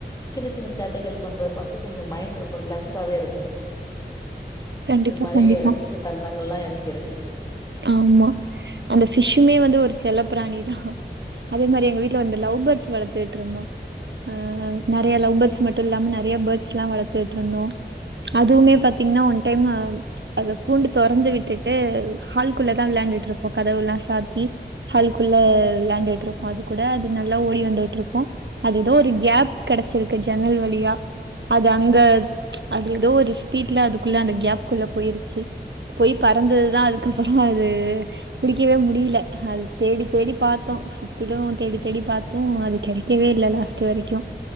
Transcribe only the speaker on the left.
சின்ன சின்ன சேட்டைகள் பண்ற பாத்து கொஞ்சொ மைண்ட் ரொம்ப ரிலாக்ஸாவே இருக்கு
அந்த மாரி
ரசிச்ச தருணங்கல்லா எனக்கு இருக்கு